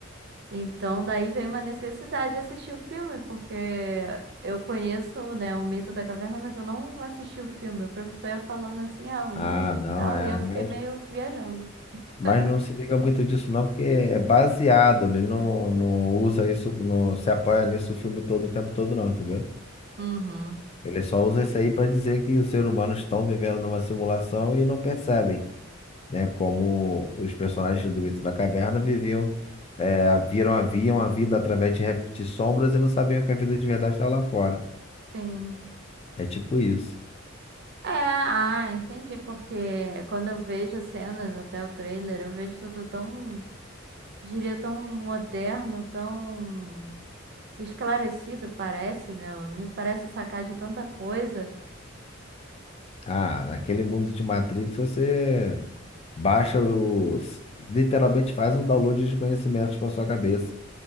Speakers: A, on the right; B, on the left.
A: Então, daí veio uma necessidade de assistir o filme, porque eu conheço, né, o mito da caverna, mas eu não assisti o filme. O professor ia falando assim, ah, o Neo
B: Ah, não,
A: e tal,
B: é.
A: e eu fiquei
B: Mas,
A: meio viajando. <laughs>
B: mas não se liga muito disso, não, porque é baseado. Ele não, não usa isso, não se apoia nisso o filme todo, o tempo todo, não, entendeu?
A: Uhum,
B: Ele só usa isso aí para dizer que os seres humanos estão vivendo numa simulação e não percebem, né? Como os personagens do Mito da Caverna viviam, é, viram, haviam a vida através de, ref- sombras e não sabiam que a vida de verdade estava lá fora.
A: sim.
B: É tipo isso.
A: É, ah, entendi, porque quando eu vejo as cenas, até o trailer, eu vejo tudo tão, diria, tão moderno, tão esclarecido, parece, né? O Neo parece sacar de tanta coisa.
B: Ah, naquele mundo de Matrix você baixa os. Literalmente faz um download de conhecimentos para sua cabeça.